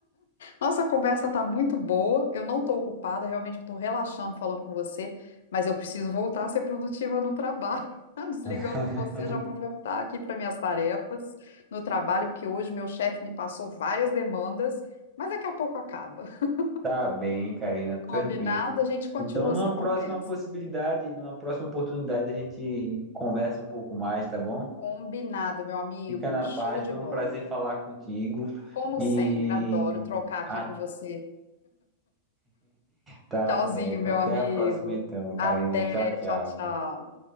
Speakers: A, on the left; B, on the right.
A: Nossa, a conversa tá muito boa. Eu não tô ocupada, realmente eu tô relaxando falando com você, mas eu preciso voltar a ser produtiva no trabalho. <laughs> Desligando
B: <laughs>
A: com você, já vou voltar aqui para minhas tarefas no trabalho, porque hoje meu chefe me passou várias demandas, mas daqui a pouco acaba. <laughs>
B: Tá bem, Karina, tranquilo.
A: Combinado? A gente continua
B: Então, numa
A: essa conversa.
B: próxima possibilidade, numa próxima oportunidade, a gente conversa um pouco mais, tá bom?
A: Combinado, meu amigo.
B: Fica na
A: Show
B: paz,
A: de
B: foi
A: bola.
B: um prazer falar contigo.
A: Como
B: E
A: sempre, adoro trocar aqui
B: ah,
A: com você.
B: tá
A: Tchauzinho,
B: certo.
A: meu
B: Até
A: amigo.
B: a próxima então, Karina.
A: Até,
B: Tchau, tchau.
A: tchau, tchau.